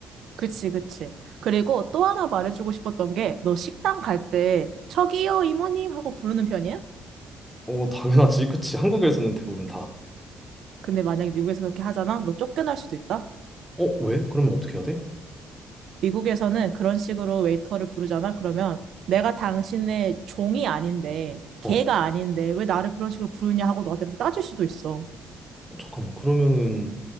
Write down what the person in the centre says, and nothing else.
어, 당연하지. 그치. 한국에서는 대부분 다.
어, 왜? 그러면 어떻게 해야 돼?
어,
어, 잠깐만. 그러면은